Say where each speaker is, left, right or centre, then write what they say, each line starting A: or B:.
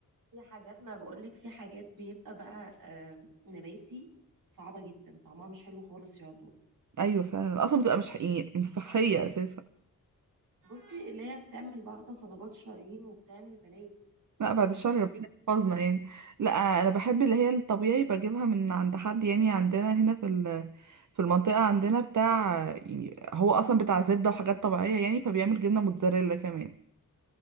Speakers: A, on the right (about 75°); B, on the right (about 60°).
A: في حاجات ما بقولك في حاجات بيبقى بقى آه، نباتي صعبة جدا طعمها مش حلو خالص يا ضوء
B: ايوه فعلا اصلا بتبقى مش حقيقي مش صحيه اساسا
A: بصي اللي هي بتعمل بقى تصلبات شرايين وبتعمل بلاوي
B: لا بعد الشر
A: فدي
B: ربنا يحفظنا يعني لا انا بحب اللي هي الطبيعي بجيبها من عند حد يعني عندنا هنا في ال- في المنطقه عندنا بتاع يعني هو اصلا بتاع زبده وحاجات طبيعيه يعني فبيعمل جبنه موتزاريلا كمان